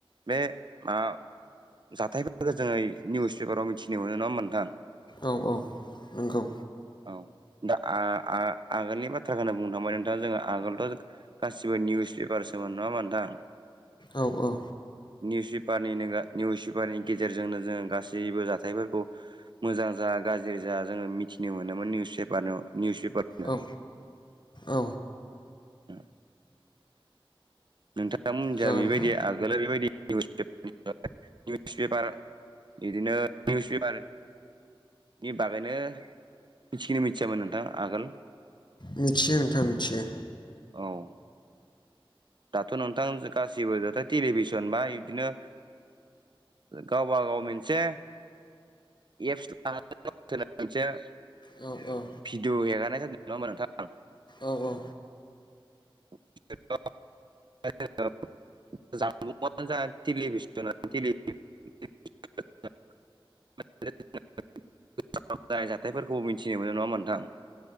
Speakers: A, on the right (about 55°); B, on the left (about 50°).
A: बे मा जाथायफोरखौ जोङो निउस पेपाराव मिथिनो मोनो नङा नोंथां
B: औ औ नोंगौ
A: औ दा आ आ आगोलनि बाथ्राखौनो बुंनो थांबाय नोंथांआ जोङो आगोलथ' गासिबो निउस पेपारसोमोन नङा मोनोंथां
B: औ-औ
A: निउस पेपारनि निउस पेपारनि गेजेरजोंनो जोङो गासैबो जाथायफोरखौ मोजां जा गाज्रि जा जोङो मिथिनो मोनोमोन निउसार निउस पेपारनो
B: औ औ
A: <inaudible> नोंथाङाोनजहा
B: जागोन
A: बेबायदि
B: नोंथां
A: आगोलाव बेबायदि निउस निउस पेपार बिदिनो निउस पेपार नि बागैनो मिथिखिो मिथियामोन नोंथां आगोल
B: मिथियो नोंथां मिथियो।
A: औ दाथ' नोंथां गासिबो दाथ' टेलिभिसन बा इदिनो गावब गाव मोनसे एप्स लानानै मोनसे <inaudible>
B: औ औ
A: भिडिअ' हेगनाय जादों नङा होमबा नोंथां
B: औ औ
A: थ' <inaudible> ज जालि <unintelligible> <inaudible> जानाय जाथायफोरखौ मिथिनो मोनो नङामोन नोंथां